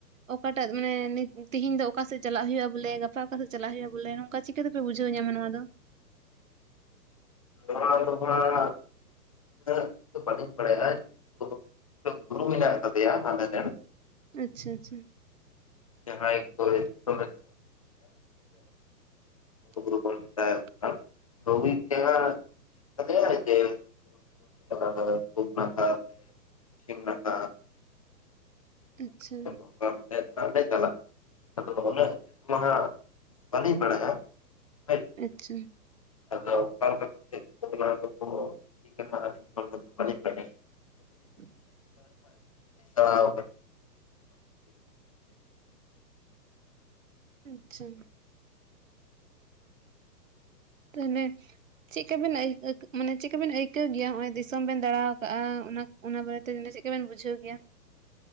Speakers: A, on the right; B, on the left.
A: ᱚᱠᱟᱴᱟᱜ ᱢᱟᱱᱮ ᱱᱤᱛ -ᱛᱤᱦᱤᱧ ᱫᱚ ᱚᱠᱟᱥᱮᱫ ᱪᱟᱞᱟᱜ ᱦᱩᱭᱩᱜᱼᱟ ᱵᱚᱞᱮ ᱜᱟᱯᱟ ᱚᱠᱟᱥᱮᱫ ᱪᱟᱞᱟᱜ ᱦᱩᱭᱩᱜᱼᱟ ᱵᱚᱞᱮ ᱚᱠᱟ ᱪᱤᱠᱟᱹᱛᱮᱯᱮ ᱵᱩᱡᱷᱣ ᱧᱟᱢᱟ ᱱᱚᱣᱟ ᱫᱚ?
B: <unintelligible> ᱫᱚ ᱦᱟᱜ ᱦᱮᱸ ᱩᱱᱟᱹᱜ ᱫᱚ ᱵᱟᱹᱮᱧ ᱵᱟᱲᱟᱭᱟ ᱡᱮᱦᱮᱛᱩ ᱜᱩᱨᱩ ᱢᱮᱱᱟᱜ ᱟᱠᱟᱫᱮᱭᱟ ᱟᱞᱮ ᱨᱮᱱ
A: ᱟᱪᱪᱷᱟ ᱟᱪᱪᱷᱟ
B: ᱦᱟᱦᱟᱭ ᱠᱚᱭ <inaudible>
A: <inaudible>
B: ᱜᱩᱨᱩ ᱵᱚᱱ ᱢᱮᱛᱟᱭ ᱠᱟᱱ <unintelligible> <unintelligible> ᱦᱟᱱᱟ ᱫᱷᱟᱨᱮ ᱯᱩᱵ ᱱᱟᱠᱷᱟ ᱯᱩᱪᱷᱤᱢ ᱱᱟᱠᱷᱟ ᱦᱟᱸᱜ
A: ᱟᱪᱪᱷᱟ
B: ᱱᱚᱝᱠᱟ ᱠᱟᱛᱮᱫ ᱦᱟᱸᱜ ᱞᱮ ᱪᱟᱞᱟᱜᱼᱟ ᱟᱫᱚ ᱩᱱᱟᱹᱜ ᱢᱟ ᱦᱟᱸᱜ ᱵᱟᱹᱞᱤᱧ ᱵᱟᱲᱟᱭᱟ᱾ ᱦᱳᱭ
A: ᱟᱪᱪᱷᱟ
B: ᱟᱫᱚ <unintelligible> <unintelligible> ᱱᱚᱛᱮ ᱢᱟ ᱟᱰᱤ <unintelligible>
A: <inaudible>
B: ᱪᱟᱞᱟᱣ ᱟᱠᱟᱱᱟ
A: ᱟᱪᱪᱷᱟ ᱛᱟᱦᱞᱮ ᱪᱮᱫᱠᱟᱵᱤᱱ ᱢᱟᱱᱮ ᱪᱮᱫᱠᱟᱵᱱ ᱟ. ᱭ ᱟ. ᱭ ᱢᱟᱱᱮ ᱪᱮᱫᱠᱟ ᱵᱮᱱ ᱟᱹᱭᱠᱟᱹᱣ ᱜᱮᱭᱟ ᱦᱚᱸᱜ-ᱚᱭ ᱚᱚᱭ ᱫᱤᱥᱚᱢ ᱵᱮᱱ ᱫᱟᱬᱟ ᱟᱠᱟᱜᱼᱟ ᱚᱱᱟ ᱚᱱᱟ ᱵᱟᱨᱮᱛᱮ ᱢᱟᱱᱮ ᱪᱮᱫᱠᱟᱵᱮᱱ ᱵᱩᱡᱷᱟᱹᱣ ᱜᱮᱭᱟ?